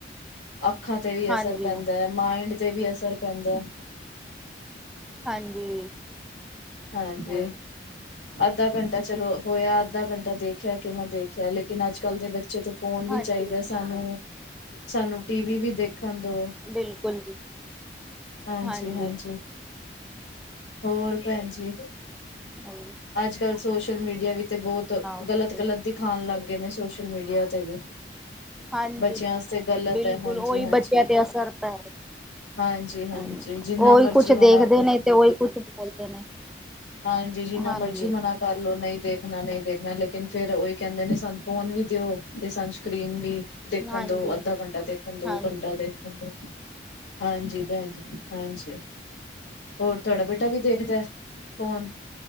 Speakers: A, on the left; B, in the centre.
A: ਅੱਖਾਂ ਤੇ ਵੀ
B: ਹਾਂਜੀ
A: ਅਸਰ ਪੈਂਦਾ ਹੈ, ਮਾਈਂਡ ਤੇ ਵੀ ਅਸਰ ਪੈਂਦਾ ਹੈ।
B: ਹਾਂਜੀ।
A: ਹਾਂਜੀ।
B: ਹੋਰ
A: ਅੱਧਾ ਘੰਟਾ ਚਲੋ ਹੋਇਗਆ। ਅੱਧਾ ਘੰਟਾ ਦੇਖਿਆ ਕਿ ਨਾ ਦੇਖਿਆ ਲੇਕਿਨ ਅੱਜ ਕੱਲ੍ਹ ਦੇ ਬੱਚੇ ਤੋਂ ਫੋਨ ਵੀ
B: ਹਾਂਜੀ
A: ਚਾਹੀਦਾ ਸਾਨੂੰ, ਸਾਨੂੰ ਟੀਵੀ ਵੀ ਦੇਖਣ ਦੋ।
B: ਬਿਲਕੁਲ ਜੀ।
A: ਹਾਂਜੀ-ਹਾਂਜੀ,
B: ਹਾਂਜੀ
A: ਹੋਰ ਭੈਣਜੀ?
B: ਹਾਂ।
A: ਅੱਜ ਕੱਲ੍ਹ ਸੋਸ਼ਲ ਮੀਡੀਆ ਵੀ ਤੇ ਬਹੁਤ
B: ਤੁਸੀਂ
A: ਗਲਤ-ਗਲਤ ਦਿਖਾਉਣ, ਲੱਗ ਗਏ ਨੇ ਸੋਸ਼ਲ ਮੀਡੀਆ ਤੇ ਵੀ।
B: ਹਾਂਜੀ,
A: ਬੱਚਿਆਂ ਵਾਸਤੇ ਗਲਤ
B: ਬਿਲਕੁਲ
A: ਹੈ ਹਾਂਜੀ
B: ਉਹੀ
A: ਹਾਂਜੀ
B: ਬੱਚਿਆਂ ਤੇ ਅਸਰ ਪੈ ਰਿਹਾ।
A: ਹਾਂਜੀ-ਹਾਂਜੀ ਜਿੰਨਾ
B: ਔਰ ਉਹੀ
A: ਮਰਜ਼ੀ
B: ਕੁਝ ਦੇਖਦੇ,
A: ਮਨਾ ਕਰ
B: ਨੇ
A: ਲੋ।
B: ਤੇ ਉਹੀ ਕੁਝ ਬੋਲਦੇ ਨੇ।
A: ਹਾਂਜੀ, ਜਿਹਨਾਂ
B: ਹਾਂਜੀ
A: ਮਰਜੀ ਮਨਾ ਕਰਲੋ ਨਹੀਂ ਦੇਖਣਾ, ਨਹੀਂ ਦੇਖਣਾ, ਲੇਕਿਨ ਫੇਰ ਉਹੀ ਕਹਿੰਦੇ ਨੇ ਸਾਨੂੰ ਫ਼ੋਨ ਵੀ ਦਿਓ ਤੇ ਸਾਨੂੰ ਸਕਰੀਨ ਵੀ। ਦੇਖਣ
B: ਹਾਂਜੀ
A: ਦੋ, ਅੱਧਾ ਘੰਟਾ ਦੇਖਣ ਦੋ,
B: ਹਾਂਜੀ
A: ਘੰਟਾ ਦੇਖਣ ਦੋ, ਹਾਂਜੀ ਭੈਣਜੀ। ਹਾਂਜੀ, ਹੋਰ ਤੁਹਾਡਾ ਬੇਟਾ ਵੀ ਦੇਖਦਾ, ਫ਼ੋਨ?